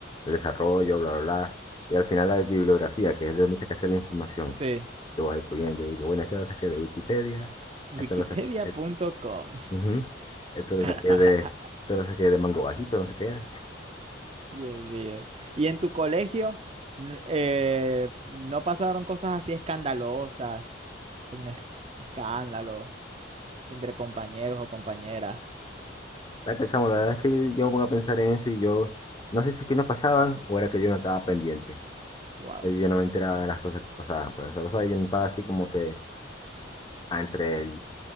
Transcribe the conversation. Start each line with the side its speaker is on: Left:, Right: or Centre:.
Left: el desarrollo, bla, bla, bla. Y al final la bibliografía, que es de donde se sacaste la información.
Right: Sí.
Left: yo voy poniendo, y que bueno, esto lo saqué de Wikipedia, esto
Right: Wikipedia.com.
Left: lo saqué, eh, ujú, esto lo
Right: <laughs>
Left: saqué de, esto lo saqué de Mango Bajito, no sé qué.
Right: Dios mío. ¿Y en tu colegio n- eh, no pasaron cosas así escandalosas, como un es- escándalo entre compañeros o compañeras?
Left: Espérate, chamo, la verdad es que yo, yo me pongo a pensar en eso y yo, no sé si es que no pasaban o era que yo no estaba pendiente.
Right: Wow.
Left: Pero Yo no me enteraba de las cosas que pasaban, pero esa cosa yo no estaba así como que ah, entre el,